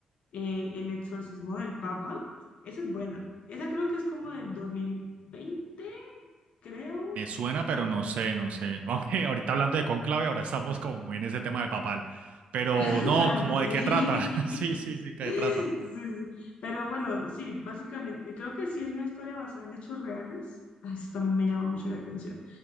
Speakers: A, on the left (about 60°); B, on the right (about 75°).
A: eh, El exorcismo del Papa. Esa es buena. Esa creo que es como del 2020, creo.
B: Me suena, pero no sé, no sé. <laughs> Aunque ahorita hablando de Cónclave, ahora estamos como muy en ese tema del papal. Pero
A: <laughs>
B: no,
A: Así.
B: como de qué trata. <laughs> Sí,
A: <laughs>
B: sí, sí, qué
A: Sí,
B: trata.
A: sí. Pero bueno, sí, básicamente, creo que sí es una historia basada en hechos reales. Ah, Eso también me llama mucho la atención.